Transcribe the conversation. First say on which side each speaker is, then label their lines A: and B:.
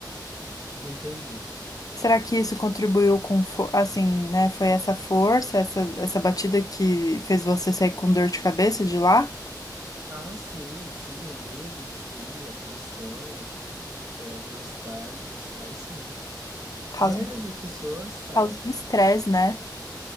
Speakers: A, on the right (about 50°); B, on the left (about 55°).
A: Entendi.
B: Será que isso contribuiu com fo- assim, né? Foi essa força, essa, essa batida que fez você sair com dor de cabeça de lá?
A: Ah, sim, sim, o medo em si, a pressão, é, a velocidade, sai sim.
B: Causa,
A: A maioria das pessoas sai.
B: causa um estresse, né?
A: né?